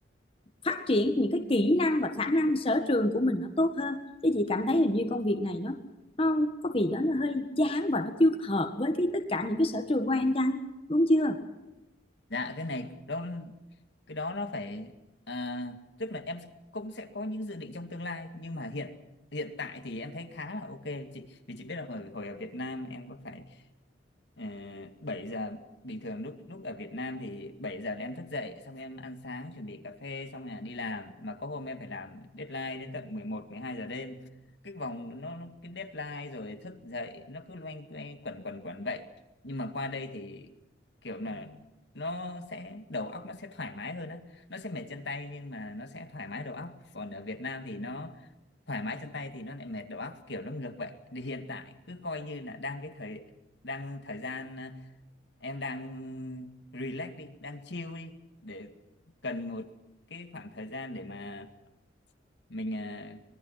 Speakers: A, on the left; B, on the left.
A: phát triển những cái kỹ năng và khả năng sở trường của mình nó tốt hơn chứ chị cảm thấy hình như công việc này nó nó có gì đó nó hơi chán và nó chưa hợp với cái tất cả những cái sở trường của em chăng đúng chưa
B: dạ cái này đó cái đó nó phải à, tức là em cũng sẽ có những dự định trong tương lai nhưng mà hiện hiện tại thì em thấy khá là ok chị vì chị biết là hồi hồi ở Việt Nam em có phải Ờ, 7 giờ bình thường lúc lúc ở Việt Nam thì 7 giờ là em thức dậy xong em ăn sáng chuẩn bị cà phê xong là đi làm mà có hôm em phải làm deadline đến tận mười một mười hai giờ đêm cái vòng nó, nó cái deadline rồi thức dậy nó cứ loanh quanh quẩn quẩn quẩn vậy nhưng mà qua đây thì kiểu là nó sẽ đầu óc nó sẽ thoải mái hơn á nó sẽ mệt chân tay nhưng mà nó sẽ thoải mái đầu óc còn ở Việt Nam thì nó thoải mái chân tay thì nó lại mệt đầu óc kiểu nó ngược vậy thì hiện tại cứ coi như là đang cái thời đang thời gian à, em đang relax đi đang chill đi để cần một cái khoảng thời gian để mà mình à,